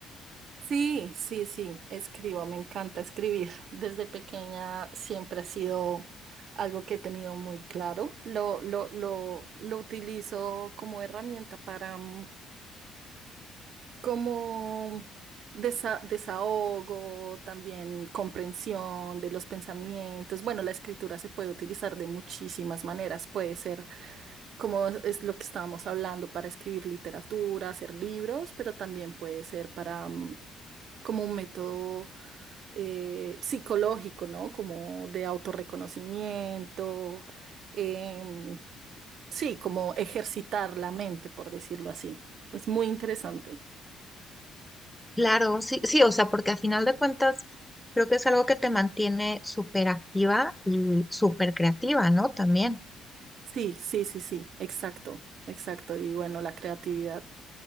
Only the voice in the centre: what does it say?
claro, sí, sí, o sea, porque a final de cuentas creo que es algo que te mantiene súper activa y súper creativa, ¿no? También.